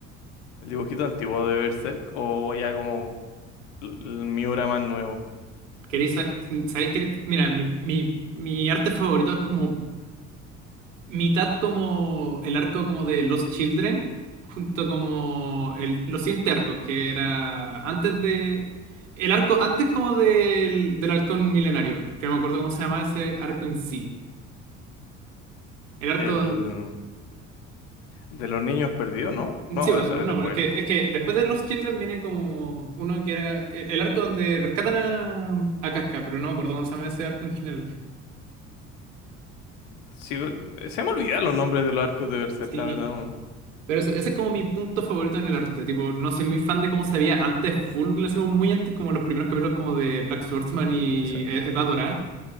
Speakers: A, on the left; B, on the right.
A: el dibujito antiguo de Berserk? O ya como el el Miura más nuevo.
B: ¿Queréis sabes que... Mira, mi, mi, mi arte favorito es como mitad como el arco como de Los Children, junto como el, los siguientes arcos, que era antes de... El arco antes como del, del Halcón Milenario, que no me acuerdo cómo se llama ese arco en sí. El arco...
A: El
B: don-
A: el de los niños perdidos, ¿no? No,
B: Sí, bo-
A: eso
B: no,
A: es después.
B: pero es que, es que después de Los Children viene como uno que era el, el arco donde rescatan a, a Casca, pero no me acuerdo cómo se llama ese arco en general.
A: Sí, eh, se me olvidan los nombres de los arcos de Berserk,
B: Sí,
A: la verdad. weón.
B: Pero eso, ese es como mi punto favorito en el arte. Tipo, no soy muy fan de cómo se veía antes, full, lo hicimos muy antes, como los primeros capítulos como de Black Swordsman
A: Mm,
B: y
A: se-
B: eh, Edad Dorada.